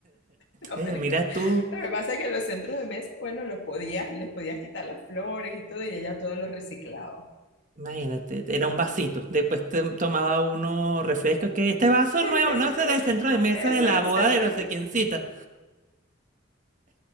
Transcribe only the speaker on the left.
No,
pero
es que
lo que pasa es que los centros de mesa, bueno, los podías, les podías quitar las flores y todo, y ella todo lo reciclaba.
En
el-
<laughs>
ese
del
centro
de mesa.